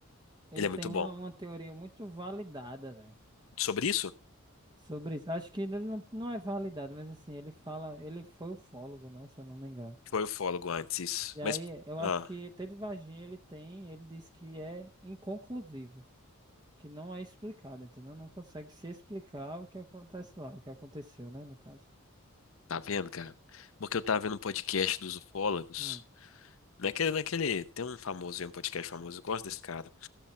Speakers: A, on the right; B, on the left.
A: Ele
B: Ele é muito
A: tem uma,
B: bom.
A: uma teoria muito validada, velho.
B: Sobre isso?
A: sobre isso. Acho que ele não não é validado, mas assim, ele fala, ele foi ufólogo, né, se eu não me engano.
B: Foi ufólogo antes, isso.
A: E aí,
B: Mas,
A: eu
B: ah,
A: acho que ET de Varginha ele tem, ele diz que é inconclusivo, que não é explicado, entendeu? Não consegue se explicar o que acontece lá, o que aconteceu, né, no caso.
B: tá vendo, cara? Porque eu tava vendo um podcast dos ufólogos.
A: Hum.
B: Naquele, naquele, tem um famoso, aí, um podcast famoso, eu gosto desse cara.